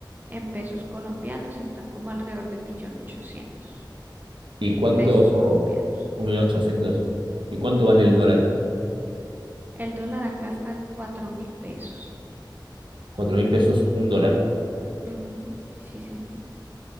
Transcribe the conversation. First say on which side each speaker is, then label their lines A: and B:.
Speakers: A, on the right; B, on the right.
A: en pesos colombianos, está como alrededor de millón ochocientos
B: ¿Y cuánto?
A: pesos colombianos.
B: Un millón ochocientos. ¿Y cuánto vale el dólar?
A: El dólar acá está en 4.000 pesos.
B: Cuatro mil pesos, un dólar.
A: Ujú, Sí, señor.